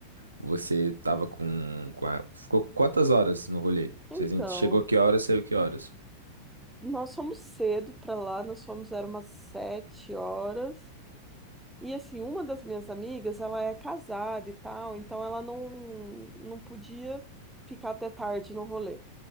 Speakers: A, on the right; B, in the centre.
A: Você tava com, com a- Ficou quantas horas no rolê?
B: Então.
A: Você chegou que horas, saiu que horas?
B: Nós fomos cedo para lá, nós fomos, era umas sete horas. E assim, uma das minhas amigas, ela é casada e tal, então ela não, não podia ficar até tarde no rolê.